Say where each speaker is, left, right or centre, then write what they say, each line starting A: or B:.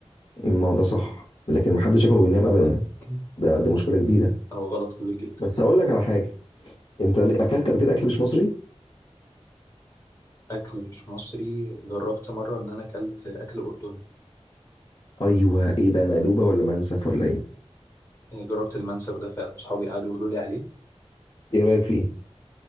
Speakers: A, on the left; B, on the left.
A: الموضوع صح لكن ما حدش ياكل وينام ابدا
B: <coughs>
A: ده دي مشكله كبيره
B: هو غلط كبير جدا
A: بس هقول لك على حاجه انت ليه- اكلت قبل كده اكل مش مصري
B: أكل مش مصري جربت مرة إن أنا أكلت أكل أردني
A: ايوه ايه بقى مقلوبه ولا منسف
B: <coughs>
A: ولا ايه
B: جربت المنسف ده فعلا صحابي قعدوا يقولوا لي عليه
A: ايه رايك فيه